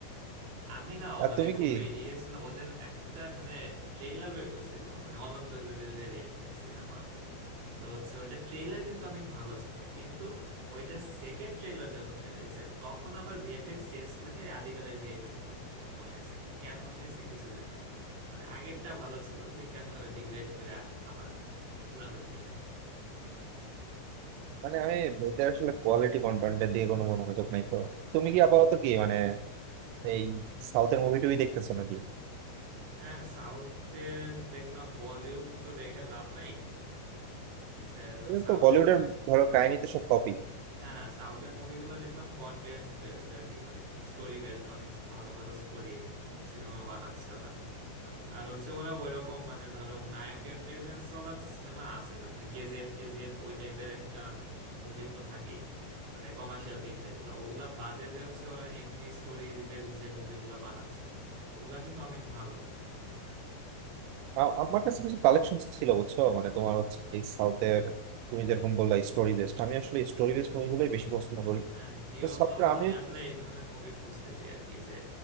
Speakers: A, on the right; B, on the right.
A: আমি না ও
B: আর
A: মানে
B: তুমি
A: খুবই
B: কি
A: ইয়ে ছিল ওদের একটা মানে ট্রেইলার বের করছিল মানে অনন্ত জলিলের একটা সিনেমা তো হচ্ছে ওইটা ট্রেইলার কিন্তু অনেক ভালো ছিল কিন্তু ওইটা সেকেন্ড ট্রেইলার যখন বেরিয়েছে তখন আবার ভিএফএক্স চেঞ্জ করে আদিকালের ভিএফএক্স বসাইছে কেন বসাইছে কিছু জানি না মানে আগেরটা ভালো ছিল তুই কেন ডিগ্রেড করে আ- আবার মানে পুরানো জিনিস আনবি
B: মানে আমি এদের আসলে কোয়ালিটি কন্টেন্ট দিয়ে কোনো মনোযোগ নাই তো তুমি কি আপাতত কি মানে এই সাউথের মুভি টুভি দেখতেছো নাকি
A: হ্যাঁ সাউথের দেখলাম বলিউড তো দেখে লাভ নাই হচ্ছে তোমার
B: এদের
A: সাউথের
B: তো বলিউডের ধরো কাহিনী তো সব কপি
A: হ্যাঁ সাউথের মুভিগুলো দেখলাম কন্টেন্ট বেসড আর কি মানে স্টোরি বেসড অনেক ভালো ভালো স্টোরির সিনেমা বানাচ্ছে ওরা আর হচ্ছে ওরা ওইরকম মানে ধরো নায়কের প্রেজেন্স ওলা সিনেমা আছে যেমন কেজিএফ টেজিএফ ওই টাইপের একটা মুভি তো থাকেই মানে কমার্শিয়াল ফিল্ম যেগুলো ওগুলা বাদে যে হচ্ছে ওরা এমনি স্টোরি বেসড যে মুভিগুলা বানাচ্ছে ওগুলা কিন্তু অনেক ভালো
B: আ- আমার কাছে কিছু কালেকশন ছিল বুঝছো মানে তোমার হচ্ছে এই সাউথের তুমি যেরকম বললা স্টোরি বেসড আমি আসলে স্টোরি বেসড মুভিগুলোই বেশি পছন্দ করি
A: হ্যাঁ দিও
B: তো সাউথের
A: তো
B: আমি
A: আমি আসলে এই ধরনের মুভি খুঁজতেছি আর কি যে